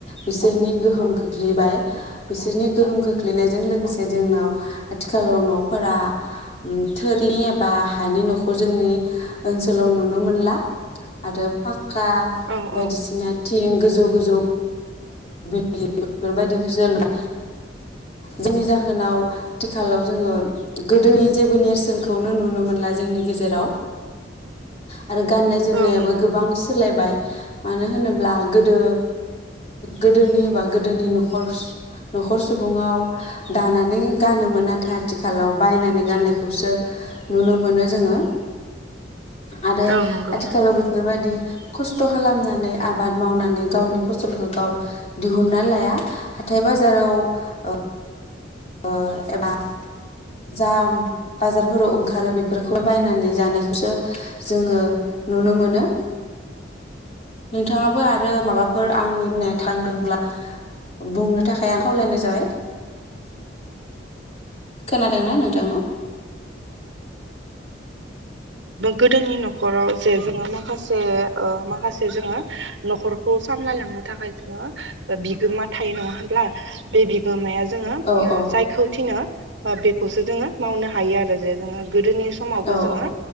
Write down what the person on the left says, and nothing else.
बिसोरनि गोहोम खोख्लैबाय बिसोरनि गोहोम खोख्लैनायजों लोगोसे जोंनाव आथिखालाव न'फोरा ओम थोरिनि एबा हानि न'खौ जोंनि ओनसोलाव नुनो मोनला आरो पा क्का
बायदिसिना
थिं गोजौ गोजौ बेफोरबायदिखौसो <unintelligible> जायनि जाहोनाव आथिखालाव जोङो गोदोनि जेबो नेरसोनखौनो नुनो मोनला जोंनि गेजेराव। आरो गाननाय जोमनायाबो
गोबां सोलायबाय। मानो होनोब्ला गोदो गोदोनि बाग गोदोनि न'खर न'खर सुबुंआव दानानै गानोमोन नाथाय आथिखालाव बायनानै गाननायखौसो नुनो मोनो जोङो। आरो
आथिखालाव बेफोर बायदि। खस्थ' खालामनानै आबाद मावनानै गावनि फसलखौ गाव दिहुनना लाया हाथाय बाजाराव ओ ओ एबा जा बाजारफोराव ओंखारो बेफोरखौ बायनानै जानायखौसो जोङो नुनो मोनो नोंथाङाबो आरो माबाफोर आंनि बुंनाया थांदोंब्ला बुंनो थाखाय आं खावलायनाय जाबाय। खोनादोंना नोंथाङा?
औ औ
औ